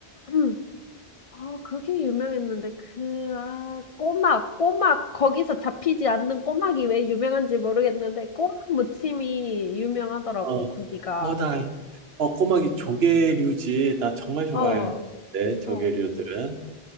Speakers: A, on the left; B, on the right.
A: <clears throat> 어, 그게 유명했는데, 그, 아, 꼬막, 꼬막, 거기서 잡히지 않는 꼬막이 왜 유명한지 모르겠는데, 꼬막 무침이 유명하더라고,
B: 어,
A: 거기가.
B: 어, 나, 어, 꼬막이 조개류지. 나 정말 좋아해.
A: 어,
B: 네, 조개류들은.
A: 어,